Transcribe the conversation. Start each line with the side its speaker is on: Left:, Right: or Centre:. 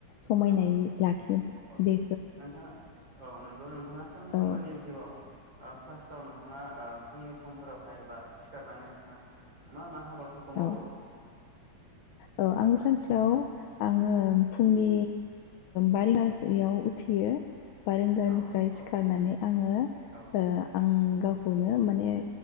Left: समायनाय
Right: औ
Left: लाखिनो
Right: औ
Left: बे
Right: नोंथाङा औ नों <unintelligible> नोंहा सानफ्रोमबोनि
Left: औ
Right: जिउआव। फार्स्टाव नोंथाङा ओ फुंनि समफोरावहाय बा सिखारनानै नोंथाङा मा मा हा बा फोरखौ मावो।
Left: औ औ आङो सानसेयाव आङो फुंनि बा रिगासायाव उथियो। बारेंगानिफ्राय
Right: औ औ
Left: सिखारनानै आङो
Right: औ
Left: आं गाव। खौनो माने।